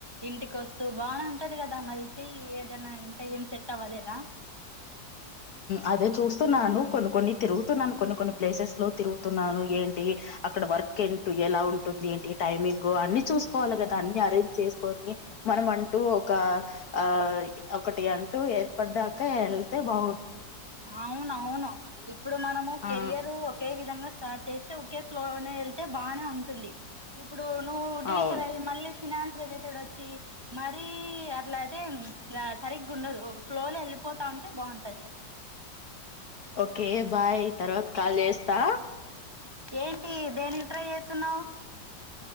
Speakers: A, on the right; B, on the left.
A: ఇంటికి వస్తూ బానే ఉంటది కదా మరి చెయ్ ఏదైనా ఇంకా ఏం సెట్ అవ్వలేదా
B: అదే చూస్తున్నాను కొన్ని కొన్ని తిరుగుతున్నాను కొన్ని కొన్ని ప్లేసెస్ లో తిరుగుతున్నాను ఏంటి అక్కడ వర్క్ ఏంట ఎలా ఉంటుంది ఏంటి టైమింగ్ అన్ని చూసుకోవాలి కదా అన్ని అరేంజ్ చేసుకొని మనం అంటూ ఒక ఆ ఒకటి అంటూ ఏర్పడ్దాకా వెళ్తే బా
A: అవునవును ఇప్పుడు మనము కెరియర్
B: ఆ!
A: ఒకే విధంగా స్టార్ట్ చేస్తే ఒకే ఫ్లోలోనే వెళ్తే బానే ఉంటుంది ఇ ప్పు ఇప్పుడు నువ్వు టీచర్
B: అవును.
A: అయ్యి మళ్ళీ ఫినాన్స్ రిలేటెడ్ వచ్చి మరీ అట్లా అయితే సరిగ్గా ఉండదు ఒక ఫ్లోలో వెళ్ళిపోతా ఉంటే బాగుంటుంది అది
B: ఓకే బాయ్ తర్వాత కాల్ చేస్తా
A: ఏంటి దేనికి ట్రై చేస్తున్నావు